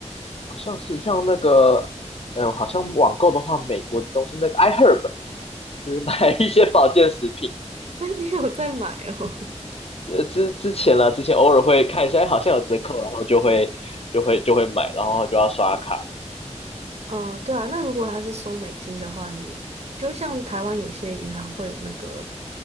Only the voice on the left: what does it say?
好像是像那个，呃，好像网购的话，美国的东西那个 iHerb，就是买 <laughs> 一些保健食品，
呃，之之前啦，之前偶尔会看一下，哎好像有折扣，然后就会就会就会买，然后就要刷卡，